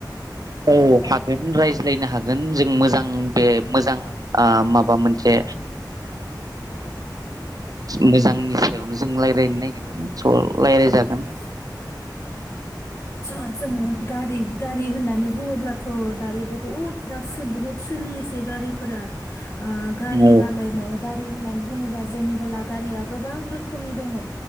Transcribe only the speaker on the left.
दा न'
औ
<unintelligible> जोङो गारि गारि होननानै बुङोब्लाथ' दायो बुहुत बहुत सोलियोसै गारि फोरा ओ गारि
बानायना गारि होननानै बुङोब्ला जेनेबला गारिया गोबां रोखोमनि दङ